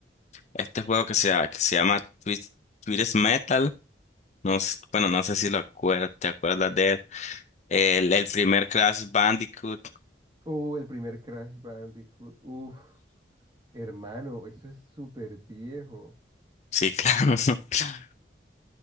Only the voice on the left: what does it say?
este juego que se, ha- que se llama Twist, Twist Metal. No, s- bueno, no sé si lo acuer- te acuerdas de él. El, el primer Crash Bandicoot.
Sí, claro. <laughs>